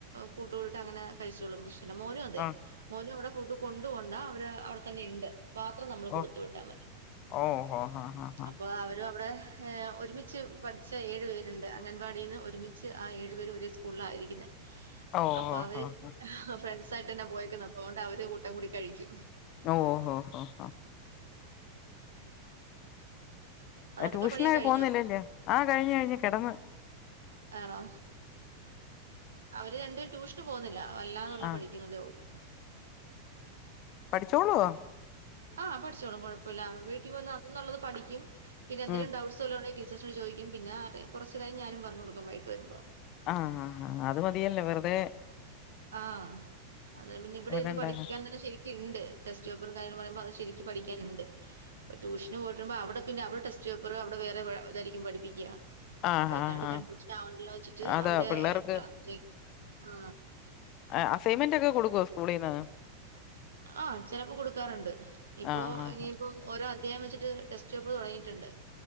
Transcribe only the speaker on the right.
കൂട്ട് കൂടീട്ട് ങ്ങനെ കഴിച്ചോളും പ്രശ്നല്ല മോനു അതെ
മോനും അവിടെ കൂട്ട് - കൊണ്ട് പോണ്ട അവര് അവിടെ തന്നെയിണ്ട് പാത്രം നമ്മള്
കൊടുത്തു വിട്ടാ മതി.
അപ്പൊ അവരവ്ടെ ഏഹേ ഒരുമിച്ച് പഠിച്ച ഏഴ് പേര്ണ്ട് അംഗൻവാടിന്ന് ഒരുമിച്ച് ആ ഏഴു പേര് ഒരേ സ്കൂളിലായിരിക്കുന്നെ
അപ്പൊ അവര്
ഫ്രൻസായിട്ട് തന്നെ പോയേക്കുന്നു അപ്പൊഅവര് കൂട്ടം കൂടി കഴിക്കും
അവിടെ അടുക്കള
പണിയൊക്കെ കഴിഞ്ഞോ
ആണോ അവര് രണ്ട് ടൂഷന് പോവുന്നില്ല വല്ലാതുള്ള
പഠിക്കുന്നതേ ഉള്ളൂ.
ആഹ് പഠിച്ചോളും കൊഴപ്പല്ല വീട്ടിവന്ന് അന്നുള്ളത് പഠിക്കും പിന്നെ എന്തെലും
ഡൗട്സ് സ് ല്ലോല് ടീചേഴ്സിനോടും ചോയിക്ക്യും പിന്നെ ആ കുറച്ച് കഴിഞ്ഞാ ഞാനും പറഞ്ഞു കൊടുക്കും. വരുമ്പോൾ
ആഹ് അത്പിന്നെ ഇവിടെ
ഇരുന്ന് പഠിക്കാൻ തന്നെ ശരി. ണ്ട് ടെസ്റ്റ് പേപ്പറും കാര്യങ്ങള് പറയുമ്പോ അത് ശരിക്ക് പഠിക്കാനുണ്ട് അപ്പൊ ട്യൂഷന് പോയിട്ടരുമ്പോ അവിടെ പിന്നെ അവിടെസ്റ്റ് പേപ്പറ് അവിടെ വേറെതായിരിക്കും പഠിപ്പിക്കാ
വല്ലാണ്ട്
കൺഫ്യൂഷൻ ആവണ്ടല്ലോ ച്ചിട്ട്
അവര്
ക്ലാസിലേക്ക് ആ
ആഹ് ചിലപ്പോ കൊടുക്കാറുണ്ട് ഇപ്പൊ
ഇനിയിപ്പോ ഓരോ അധ്യായം വെച്ചിട്ട് ടെസ്റ്റ് പേപ്പർ തുടങ്ങിയിട്ടുണ്ട്